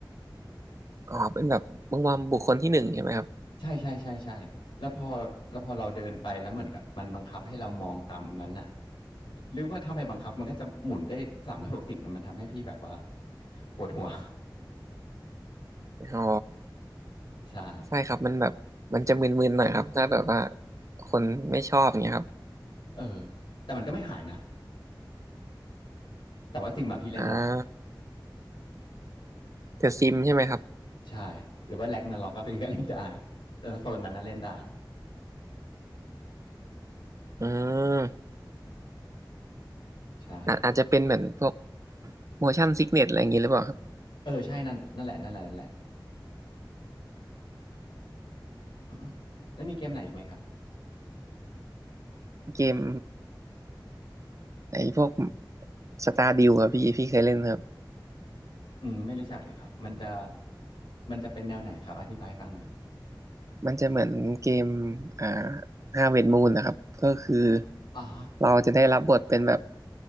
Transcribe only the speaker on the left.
ใช่ใช่ใช่ใช่แล้วพอแล้วพอเราเดินไปแล้วเหมือนกับมันบังคับให้เรามองตามนั้นน่ะหรือว่าถ้าไม่บังคับมันก็จะหมุนได้สามร้อยหกสิบนะมันทำให้พี่แบบว่าปวดหัว
<laughs> ใช่
เออแต่มันก็ไม่หายนะแต่ว่าซิมมาพี่เล่นได้
ใช่หรือว่าแร็กนาร็อกก็ไีก็เล่นได้แต่ถ้าโซนนั้นน่ะเล่นได้
ใช่
เออใช่นั่นนั่นแหละนั่นแหละนั่นแหละ <coughs> แล้วมีเกมไหนอีกไหมครับ
อืมไม่รู้จักเลยครับมันจะมันจะเป็นแนวไหนครับอธิบายให้ฟังหน่อย
อ่า